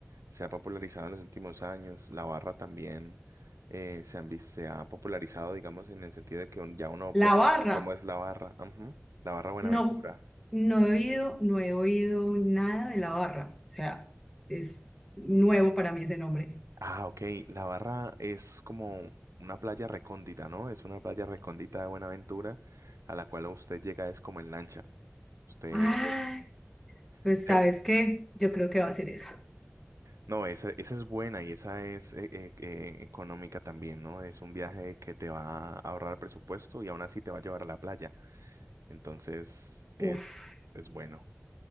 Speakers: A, on the right (about 85°); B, in the centre.
A: se ha popularizado en los últimos años. La Barra también eh, se han, vis- se ha popularizado, digamos, en el sentido de que un- ya uno puede
B: La barra,
A: ver cómo es la Barra. Ujú. La Barra Buenaventura.
B: no, no he oído, no he oído nada de la barra. O sea, es nuevo para mí ese nombre.
A: Ah, ok. La Barra es como una playa recóndita, ¿no? Es una playa recóndita de Buenaventura a la cual usted llega es como en lancha. Usted...
B: Ay, pues
A: debe-
B: ¿sabes qué? Yo creo que va a ser esa.
A: No, esa, esa es buena y esa es eh, eh, eh, económica también, ¿no? Es un viaje que te va a ahorrar presupuesto y aún así te va a llevar a la playa. Entonces, es,
B: Uf,
A: es bueno.